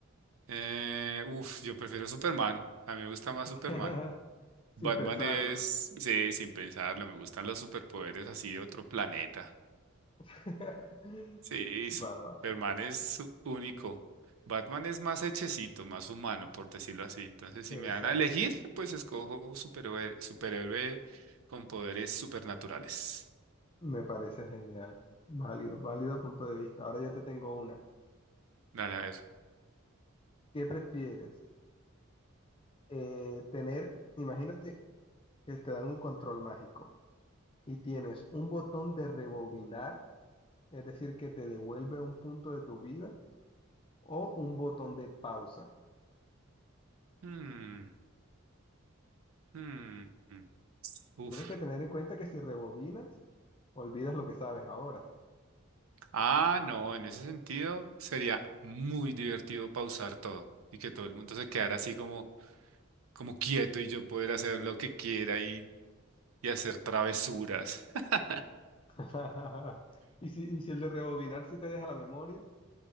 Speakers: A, on the right (about 80°); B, on the left (about 25°).
A: Eh, uf, yo prefiero Superman, a mí me gusta más
B: <laughs>
A: Superman. Batman
B: Sin pensarlo.
A: es, sí, sin pensarlo, me gustan los superpoderes así de otro planeta.
B: <laughs>
A: Sí,
B: Va,
A: Superman
B: va.
A: es u- único. Batman es más hechecito, más humano, por decirlo así. Entonces, si
B: Exacto.
A: me dan a elegir, pues escojo superhéroe, superhéroe con poderes supernaturales.
B: Me parece genial. Válido, válido punto de vista. Ahora yo te tengo una.
A: Dale, a ver.
B: ¿Qué prefieres? Eh, tener, imagínate que te dan un control mágico y tienes un botón de rebobinar, es decir, que te devuelve a un punto de tu vida, o un botón de pausa.
A: Hmm, mm, mm. Uf.
B: Tienes que tener en cuenta que si rebobinas, olvidas lo que sabes ahora.
A: Ah, no, en ese sentido sería muy divertido pausar todo y que todo el mundo se quedara así como, como quieto y yo poder hacer lo que quiera y, y hacer travesuras. <laughs>
B: <laughs> Y si, y si el de rebobinar sí te deja la memoria,